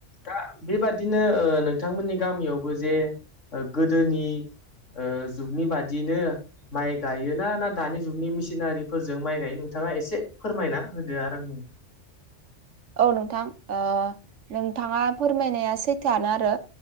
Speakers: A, on the left; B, on the right.
A: दा बेबादिनो ओ नोंथांमोननि गामियावबो जे ओ गोदोनि ओ जुगनि बादिनो माइ गायोना ना दानि जुगनि मेसिनारिफोरजों माइ गायो नोंथाङा एसे फोरमायना होदो आरो नो
B: औ नोंथां ओ नोंथाङा फोरमायनाया सैथोआनो आरो।